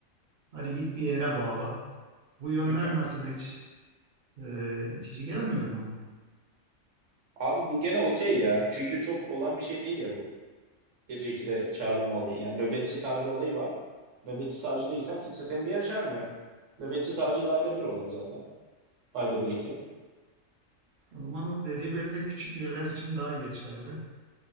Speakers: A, on the right (about 50°); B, on the right (about 70°).
A: Hadi git bir yere bağla. Bu yönler
B: Hı hı.
A: mesela hiç e, itici gelmiyor mu?
B: Abi bu gene okey ya. Çünkü çok olan bir şey değil ya bu. Gece 2'de çağrılma olayı. Yani nöbetçi savcı olayı var. Nöbetçi savcı değilsen kimse seni bir yere çağırmıyor. Nöbetçi savcı da ayda bir oluyorsun zaten. Ayda bir iki.
A: O zaman o dediği belki de küçük yerler için daha geçerli.